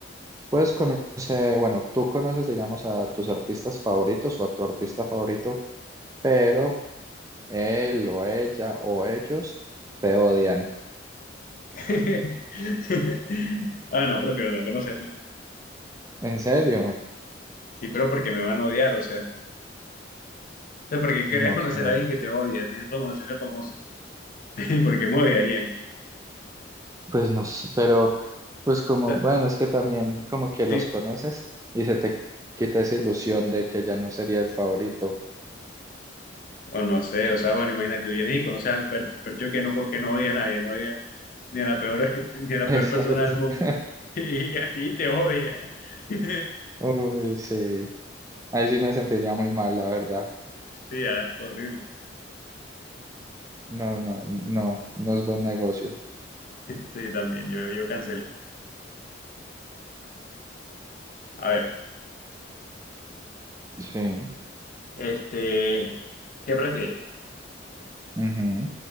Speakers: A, on the right; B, on the left.
A: puedes conocer, bueno, tú conoces, digamos, a tus artistas favoritos o a tu artista favorito, pero él o ella o ellos te odian.
B: <laughs> Ah, no, prefiero no conocerlo.
A: ¿En serio?
B: Sí, pero porque me van a odiar, o sea. O sea, porque querías
A: No
B: conocer
A: sé.
B: a alguien que te odia, así es como así de famoso. <laughs> ¿Y ¿Por qué me odiarían?
A: Pues no sé, pero pues como,
B: O sea,
A: bueno, es que también como que los
B: sí,
A: conoces y se te quita esa ilusión de que ya no sería el favorito.
B: o no sé, o sea, bueno, imagínate, tú vienes y conoces al Percho, el Percho que no, que no odia a nadie, no odia ni a la peor, <laughs> ni a la
A: <laughs> Exacto.
B: peor persona del mundo.
A: <laughs>
B: <laughs> Y a ti te odia. <laughs>
A: Uy, sí. Ahí sí me sentiría muy mal, la verdad.
B: Sí, ah, horrible.
A: No, no, no, no es buen negocio.
B: Sí, también, yo, yo cancelo. A ver,
A: Sí,
B: este, ¿qué prefieres?
A: ujú,